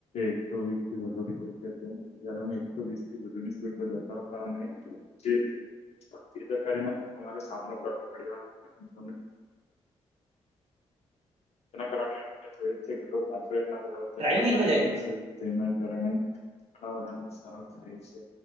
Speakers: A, on the left; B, on the right.
A: એકસો વીસ થી વધુ ની હોય છે તો જ્યારેમે એકસો વીસ થી વધુ ની સ્પીડથી જતા હતા અને જે બેદરકારી ના અમારે સામનો કરવો પડ્યો હતો તમે તેના કારણે આપણે જોઈએ જ છે. કે કોન્ક્રેટ ના રોડ
B: ડ્રાઈવિંગ
A: અત્યારે બનાવામાં
B: શીખવા જાય
A: આવે છે તેના કારણે ઘણા બધા નુકસાન થાય છે